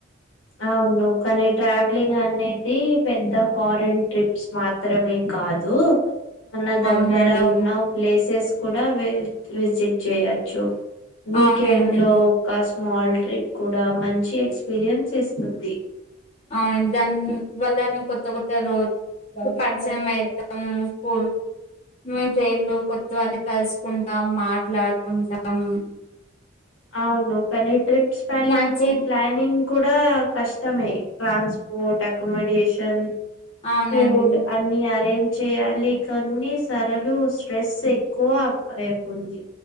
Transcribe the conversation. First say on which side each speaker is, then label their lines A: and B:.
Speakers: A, on the left; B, on the left.
A: అవును కానీ ట్రావెలింగ్ అనేది పెద్ద ఫారిన్ ట్రిప్స్ మాత్రమే కాదు మన
B: అవునండి
A: దగ్గర ఉన్న ప్లేసెస్ కూడా వి విజిట్ చేయచ్చు వీకెండ్
B: అవునండి
A: లో ఒక స్మాల్ ట్రిప్ కూడా మంచి ఎక్స్పీరియన్స్ ఇస్తుంది
B: అవునండి దాని వల్ల మేము కొత్త కొత్త రోజ్ <unintelligible> మేము ట్రైన్లు కొత్త వాళ్ళు కలుసుకుంటాం మాట్లాడుకుంటాం
A: అవును కానీ ట్రిప్ స్పెల్లింగ్కు
B: మంచి
A: ప్లానింగ్ కూడా కష్టమే ట్రాన్స్పోర్ట్ అకోమేడేషన్
B: అవునండి
A: ఫూడ్ అన్ని అరేంజ్ చేయాలి కొన్ని సరలు స్ట్రెస్ ఎక్కువ అయిపోంది